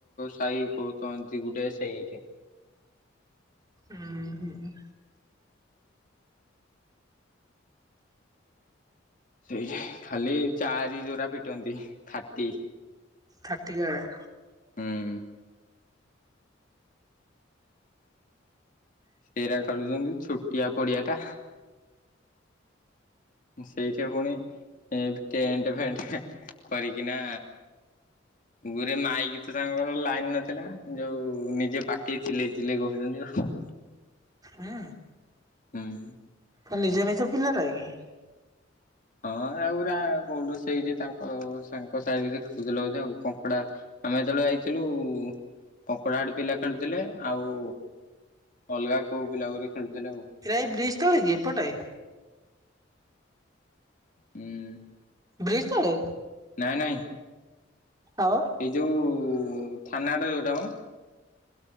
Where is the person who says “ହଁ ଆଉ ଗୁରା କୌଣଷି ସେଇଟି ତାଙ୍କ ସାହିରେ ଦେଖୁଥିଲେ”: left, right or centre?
Left